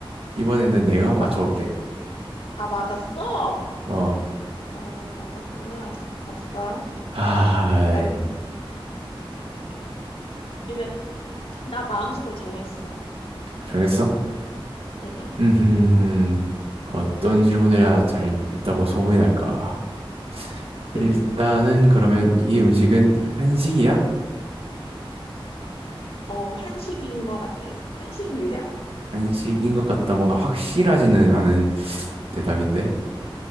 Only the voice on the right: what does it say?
이번에는 내가 한번
맞춰볼게.
어.
아,
아이,
정했어?
음, 어떤 질문을 해야 잘 했다고 소문이 날까?
일단은 그러면 이 음식은 한식이야?
한식인 것 같다. 뭔가 확실하지는 않은 대답인데.